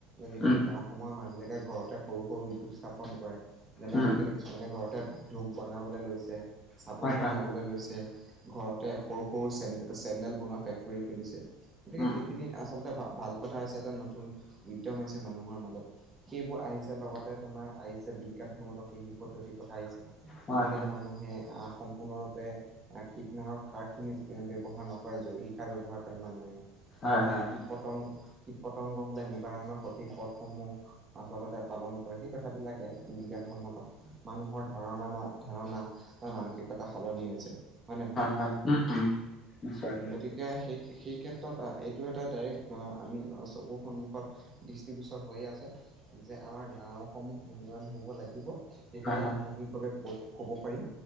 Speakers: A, on the right (about 25°); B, on the left (about 35°).
A: আজিকালি
B: উম
A: গাঁওসমূহৰ মানুহ বিলাকে ঘৰতে সৰু-সৰু উদ্যোগ স্থাপন কৰে যেনে
B: উম
A: আজিকালি কিছুমানে ঘৰতে ধূপ বনাবলৈ লৈছে, চাবোন
B: হয়
A: বনাবলৈ
B: হয়
A: লৈছে। ঘৰতে সৰু-সৰু চে চেন্দেল বনোৱা ফেক্টৰী খুলিছে। গতিকে
B: উম
A: সেইখিনি
B: উম
A: আচলতে ভাল-ভাল কথা হৈছে এটা নতুন উদ্যম আহিছে মানুহৰ মাজত। সেইবোৰ আহিছে লগতে তোমাৰ আহিছে বিজ্ঞানসন্মত কৃষি পদ্ধতিৰ কথা আহিছে।
B: হয়
A: আজিকালি
B: হয়
A: মানুহে আহ সম্পূৰ্ণৰূপে প্ৰায় কীটনাশক সাৰ খিনি ব্যৱহাৰ নকৰে, জৈৱিক সাৰ ব্যৱহাৰ কৰে মানুহে।
B: হয়
A: আৰু
B: হয়
A: কীট পতংগ-কীট পতংগ হলে নিবাৰণৰ সঠিক পথসমূহ। আচলতে পালন কৰে সেই কথাবিলাকে বিজ্ঞানসন্মত মানুহৰ ধাৰণা বা ধাৰণা তাৰ মানসিকতা সলনি হৈছে, হয় নে নহয়?
B: হয় উম উম নিশ্চয়
A: গতিকে কে সেই-সেই ক্ষেত্ৰত এইটো এটা ডাইৰেক্ট আমি চকুৰ সন্মুখত দৃষ্টিগোচৰ হৈয়ে আছে। যে আমাৰ গাঁওসমূহ উন্নয়ন হব লাগিব, তেতিয়াহলে
B: হয় হয়
A: সামগ্ৰিকভাৱে ক, ক'ব পাৰি